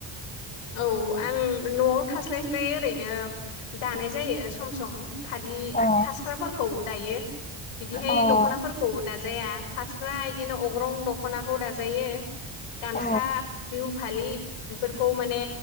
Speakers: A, on the left; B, on the left.
A: औ आं नआव थास्लायस्लाय ओरैनो दानाय जायो सम सम फालि
B: अ
A: फास्राफोरखौ दायो बिदिहाय
B: अ
A: दखनाफोरखौ दाजाया फास्रा इदिनो अग्रं दखनाखौ दाजायो गामसा
B: औ
A: बिहु फालि फोरखौ माने